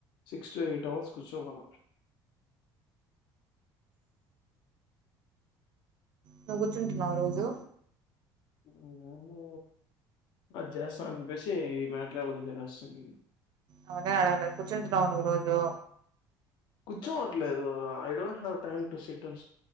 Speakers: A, on the left; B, on the right.
A: సిక్స్ టు ఎయిట్ అవర్స్ కూర్చోవాల
B: నువ్వు కూర్చుంటున్నావ రోజు
A: నేను అది చేస్తా అప్పేసి ఈ మ్యాట్ ల్యాబ్ వదిలేసేస్తా నిను
B: అవును ఆడాలే కూర్చుంటున్నావా నువ్వు రోజూ
A: కూర్చోవట్లేదు I don't have time to sit on